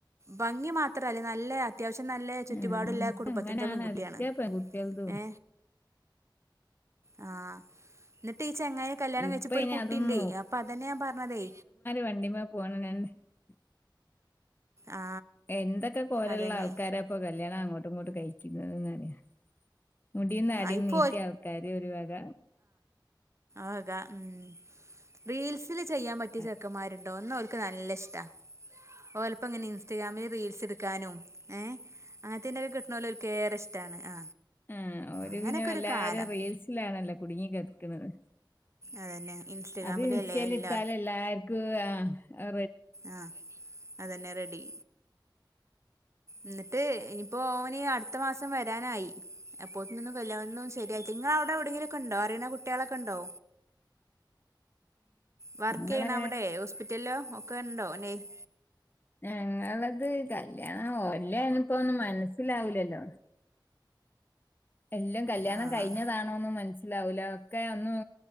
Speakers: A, on the right (about 35°); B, on the left (about 25°).
A: ഭംഗി മാത്രല്ല നല്ല അ- അത്യാവശ്യം നല്ല ചുറ്റുപാടുള്ള
B: ആ
A: കുടുംബത്തിൻ്റെ
B: അങ്ങനാണ്
A: പെൺകുട്ട്യാണ്
B: അധിക പെൺകുട്ടികൾതും
A: ഏ ആ ഇന്നിട്ട് ചെങ്ങായ കല്യാണം
B: ഇപ്പൊ
A: കയ്ച്ചപ്പോ ഒരു
B: ഇനി
A: കുട്ടിണ്ട്
B: അതൊന്നും
A: അപ്പൊ അതന്നെ ഞാൻ പർഞ്ഞതേ
B: വണ്ടിമ്മെ <unintelligible>
A: ആ
B: എന്തെക്കെ കോലള്ള
A: അതന്നെ
B: ആൾക്കാരാപ്പൊ കല്യാണം അങ്ങോട്ടും ഇങ്ങോട്ടും കയെക്ക്ന്നെത് ന്നറിയാ മുടിയും താടിയും
A: ആ ഇപ്പൊ
B: നീട്ടിയ ആൾക്കാര് ഒരു വക
A: ആക ഉം റീൽസിൽ ചെയ്യാൻ പറ്റ്യെ
B: അ-
A: ചെക്കമ്മാരുണ്ടോ ഒന്ന് ക്ക് നല്ല ഇഷ്ട ഓലപ്പം ഇങ്ങനെ ഇൻസ്റ്റഗ്രാമിൽ റീൽസ് ഇട്ക്കാനും ഏ അങ്ങനത്തീനൊക്കെ കിട്ട്ണോലോൽക്ക് ഏറെ ഇഷ്ടാണ് ആ
B: ആ ഒരുവിനം
A: അങ്ങനൊക്കെ ഒരു
B: എല്ലാരും
A: കാലം
B: റീൽസിലാണല്ലോ കുടുങ്ങി കിടക്കുന്നത്
A: അതന്നെ ഇൻസ്റ്റഗ്രാമിലല്ലേ
B: അത് ഇൻസ്റ്റേലിട്ടൽ
A: എല്ലാ
B: എല്ലാർക്കും ആ
A: ആ അതന്നെ റെഡി എന്നിട്ട് ഇനിപ്പോ ഓനി അടുത്ത മാസം വരാനായി എപ്പോത്ത നിന്നും കല്യാണം ശരിയ ഇങ്ങളവിടെ എവിടെങ്കിലും ഒക്കെണ്ട അറിയണ കുട്ട്യാളൊക്കെണ്ടോ വർക്ക് ചെയ്യണ
B: ഞങ്ങളെ
A: അവിടെ ഹോസ്പിറ്റലോ ഒക്കെ ഉണ്ടോെ നെ-
B: ഞങ്ങളത് കല്യാണം ഒല്ലനപ്പോ ഒന്നും മനസിലാവൂലല്ലോ എല്ലാം കല്യാണം
A: ആഹ്
B: കഴിഞ്ഞതാണോന്ന് മനസ്സ- ലാവൂല ഒക്കെ ഒന്നും